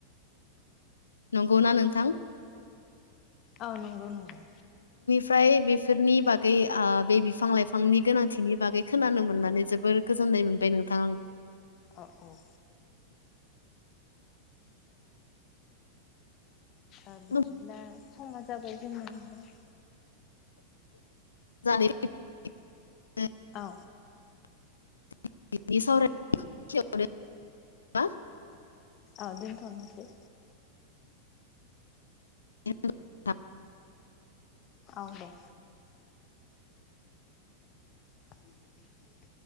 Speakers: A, on the left (about 75°); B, on the left (about 35°).
A: नंगौना नोंथां
B: औ नंगौ नंगौ
A: ओमफ्राय बेफोरनि बागै ओ बे बिफां लाइफांनि गोनांथिनि बागै खोनानो मोननानै जोबोर गोजोन नै मोनबाय नोंथां
B: औ औ ओ बिदिब्ला
A: आं
B: समा जाबाय जोंन <unintelligible>
A: जानाय <unintelligible>
B: औ
A: <unintelligible> सावराय <unintelligible>
B: औ दोनथ'नोसै
A: <unintelligible>
B: औ दे <inaudible>